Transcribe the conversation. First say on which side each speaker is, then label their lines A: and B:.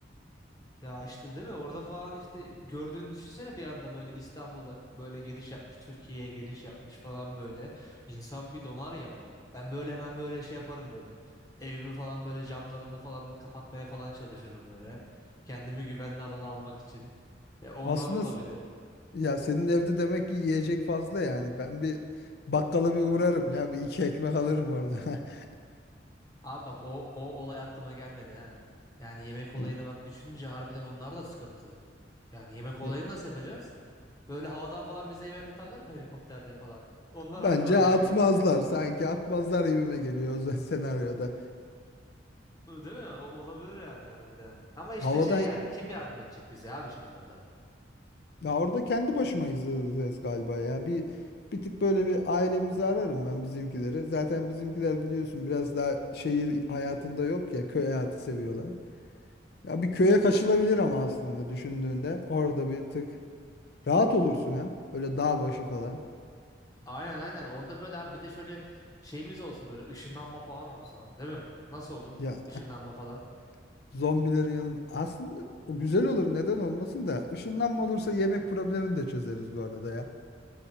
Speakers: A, on the left (about 20°); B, on the left (about 55°).
A: Ya işte değil mi? Orada falan işte gördüğünü düşünsene bir anda böyle İstanbul'a böyle giriş yapmış, Türkiye'ye giriş yapmış falan böyle. İnsan bir donar ya. Ben böyle hemen böyle şey yaparım böyle. Evimi falan böyle camlarını falan böyle kapatmaya falan çalışırım böyle. Kendimi güvenli alana almak için. E onlar
B: Aslında
A: olabilir.
B: s- ya senin evde demek ki yiyecek fazla yani. Ben bir bakkala bir uğrarım ya. Bir iki ekmek alırım orada. <laughs>
A: Abi bak o o olay aklıma gelmedi ha. Yani yemek olayını
B: Hı.
A: bak düşününce harbiden onlar da sıkıntı. Yani yemek olayını
B: Ya,
A: nasıl yapacağız? Böyle havadan falan bize yemek atarlar mı helikopterde falan? Onlar
B: Bence
A: aklıma
B: atmazlar.
A: geldi.
B: Sanki atmazlar gibime geliyor o <laughs> z- senaryoda.
A: Değil mi? O, olabilir yani harbiden. Ama işte
B: Havadan
A: şey yani kim yardım edecek bize abi şimdi orada?
B: Ya orada kendi başıma izleyeceğiz galiba ya. Bir bir tık böyle bir ailemizi ararım ben bizimkileri. Zaten bizimkiler biliyorsun biraz daha şehir hayatında yok ya köy hayatı seviyorlar. Ya bir köye kaçılabilir ama aslında düşündüğünde orada bir tık rahat olursun hem. Böyle dağ başı falan.
A: Aynen aynen orada böyle abi bir de şöyle şeyimiz olsa böyle ışınlanma falan olsa değil mi? Nasıl olur?
B: Ya
A: Işınlanma falan.
B: <laughs> zombilerin yanında aslında o güzel olur neden olmasın da ışınlanma olursa yemek problemini de çözeriz bu arada ya.